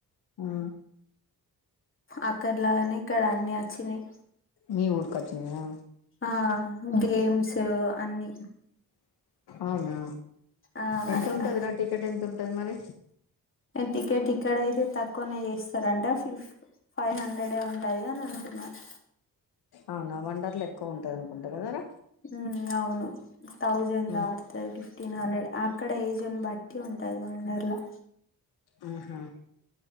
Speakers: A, on the left; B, on the left.
A: హ
B: అక్కడలాగానే ఇక్కడ అన్ని ఆచ్చినాయి
A: మీ ఊరికి వచ్చినయా
B: ఆ గేమ్స్ అన్ని
A: అవునా
B: ఆ
A: ఎంత ఉంటదిరా టికెట్ ఎంత ఉంటది మరి
B: టికెట్ ఇక్కడ అయితే తక్కువనే చేస్తారంట ఫిఫ్ ఫైవ్ హండ్రెడే ఉంటది అని అంటునారు
A: అవునా వండర్ల ఎక్కువ ఉంటది అనుకుంటా కదారా
B: ఉ అవును థౌసండ్
A: ఉమ్
B: దట్తది ఫిఫ్టీన్ హండ్రెడ్ అ క్కడ ఏజున్ బట్టి ఉంటది వండర్లా
A: ఆహా